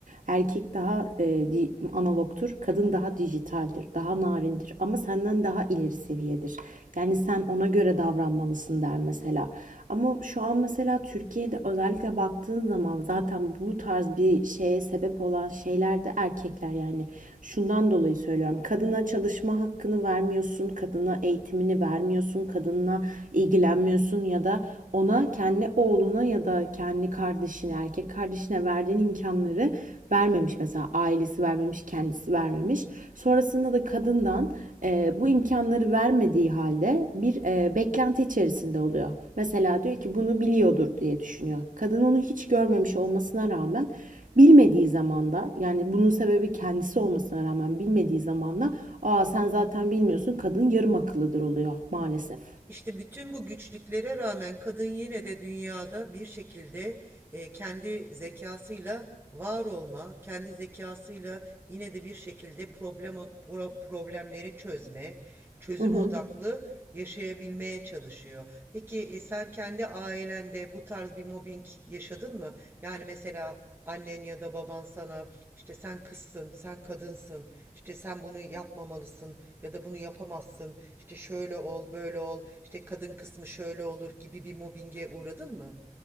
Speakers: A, on the right; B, on the right.
A: Erkek daha eee, di- analogtur, kadın daha dijitaldir, daha narindir ama senden daha ileri seviyedir. Yani sen ona göre davranmalısın der mesela. Ama şu an mesela Türkiye'de özellikle baktığın zaman zaten bu tarz bir şeye sebep olan şeyler de erkekler yani. Şundan dolayı söylüyorum. Kadına çalışma hakkını vermiyorsun, kadına eğitimini vermiyorsun, kadınla ilgilenmiyorsun ya da ona kendi oğluna ya da kendi kardeşine, erkek kardeşine verdiğin imkanları vermemiş. Mesela ailesi vermemiş, kendisi vermemiş. Sonrasında da kadından e, bu imkanları vermediği halde bir e, beklenti içerisinde oluyor. Mesela diyor ki bunu biliyordur diye düşünüyor. Kadın onu hiç görmemiş olmasına rağmen Bilmediği zaman da yani bunun sebebi kendisi olmasına rağmen bilmediği zaman da aa sen zaten bilmiyorsun kadın yarım akıllıdır oluyor maalesef.
B: İşte bütün bu güçlüklere rağmen kadın yine de dünyada bir şekilde e, kendi zekasıyla var olma, kendi zekasıyla yine de bir şekilde problem pro- problemleri çözme, çözüm
A: Hı hı.
B: odaklı yaşayabilmeye çalışıyor. Peki e, sen kendi ailende bu tarz bir mobbing yaşadın mı? Yani mesela annen ya da baban sana işte sen kızsın, sen kadınsın, işte sen bunu yapmamalısın ya da bunu yapamazsın, işte şöyle ol, böyle ol, işte kadın kısmı şöyle olur gibi bir mobbinge uğradın mı?